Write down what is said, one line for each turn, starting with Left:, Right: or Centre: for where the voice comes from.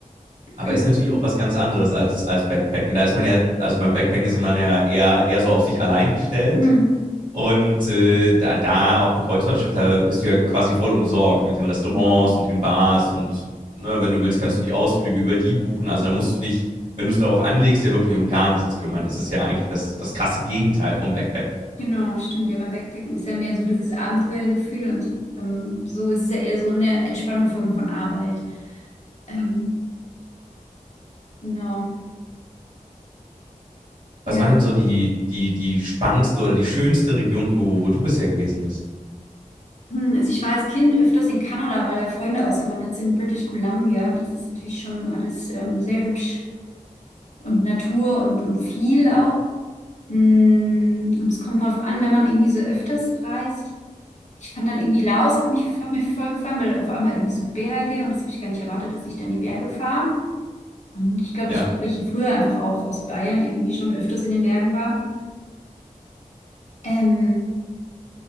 Left: <clears throat>
Right: Aber ist natürlich auch was ganz anderes als, als Backpacken. Da ist man ja, also beim Backpacken ist man ja eher, eher so auf sich allein gestellt
Left: Hm.
Right: Und äh, da, da auf dem Kreuzfahrtschiff, da bist du ja quasi voll umsorgt mit den Restaurants
Left: Ja.
Right: und den Bars und ne, wenn du willst, kannst du die Ausflüge über die buchen. Also da musst du dich, wenn du es darauf anlegst, ja wirklich um gar nichts kümmern. Das ist ja eigentlich das, das krasse Gegenteil vom Backpacken.
Left: Genau, stimmt. Ja, beim Backpacken ist ja mehr so dieses Abenteuergefühl und beim, so ist es ja eher so eine Entspannung von, von Arbeit. Ähm, genau.
Right: Was
Left: Ja.
Right: war denn so die, die, die spannendste oder die schönste Region, wo, wo du bisher gewesen bist?
Left: Hm, also ich war als Kind öfters in Kanada, weil da Freunde ausgewandert sind, British Columbia. Das ist natürlich schon alles ähm, sehr hübsch und Natur und, und viel auch. Mm, Und es kommt drauf an, wenn man irgendwie so öfters reist. Ich fand dann irgendwie Laos, hat mich, hat mir voll gefallen, weil auf einmal irgendwie so Berge und das habe ich gar nicht erwartet, dass ich dann in die Berge fahre. Und ich glaube,
Right: Ja.
Left: ich, weil ich früher einfach auch aus Bayern irgendwie schon öfters in den Bergen war. Ähm,